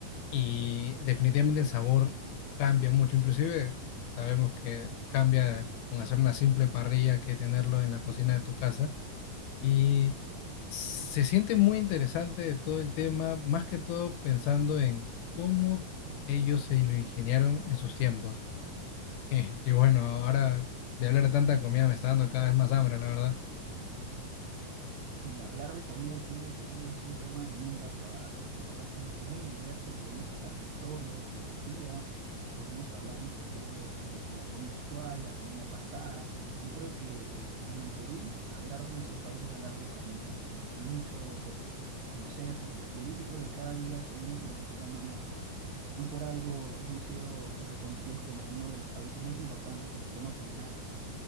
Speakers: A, on the left; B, on the right.
A: Y definitivamente el sabor cambia mucho, inclusive sabemos que cambia con hacer una simple parrilla que tenerlo en la cocina de tu casa. Y se siente muy interesante todo el tema, más que todo pensando en cómo ellos se lo ingeniaron en sus tiempos. <laughs> Y bueno, ahora de hablar de tanta comida me está dando cada vez más hambre, la verdad.
B: Y hablar de comida aquí en el Perú es un tema de nunca acabar. La verdad que es muy diverso, podemos hablar de historia, de geografía, podemos hablar inclusive de la comida actual, la comida pasada. Yo creo que eh, en el Perú hablar de nuestro país es hablar de comida y hay mucho por conocer, por descubrir y creo que cada día seguimos implementando nuevas cosas. No por algo hemos sido reconocidos como uno de los países más importantes en el tema culinario.